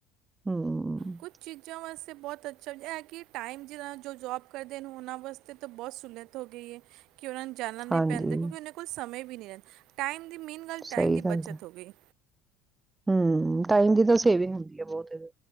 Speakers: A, on the right (about 15°); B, on the right (about 65°).
A: ਹਮ
B: ਕੁੱਛ ਚੀਜ਼ਾਂ ਵਾਸਤੇ ਬਹੁਤ ਅੱਛਾ, ਇਹ ਕਿ ਟਾਈਮ ਜਿਦਾ ਜੋ ਜੋਬ ਕਰਦੇ ਨੇ ਉਹਨਾਂ ਵਾਸਤੇ ਤਾਂ ਬਹੁਤ ਸੁਲਅਤ ਹੋ ਗਈ ਏ। ਕਿ ਉਨ੍ਹਾਂ ਨੂੰ ਜਾਣਾ ਨਹੀਂ
A: ਹਾਂਜੀ
B: ਪੈਂਦਾ ਕਿਉਂਕਿ, ਉਹਨਾਂ ਕੋਲ ਸਮੇਂ ਵੀ ਨੀ ਏ ਟਾਈਮ ਮੇਨ ਗੱਲ
A: ਸਹੀ
B: ਟਾਈਮ ਦੀ
A: ਗੱਲ
B: ਬਚਤ
A: ਹੈ
B: ਹੋ ਗਈ।
A: ਹਮ ਟਾਈਮ ਦੀ ਤਾਂ ਸੇਵਿੰਗ ਹੁੰਦੀ ਹੈ, ਬਹੁਤ ਏ ਦੇ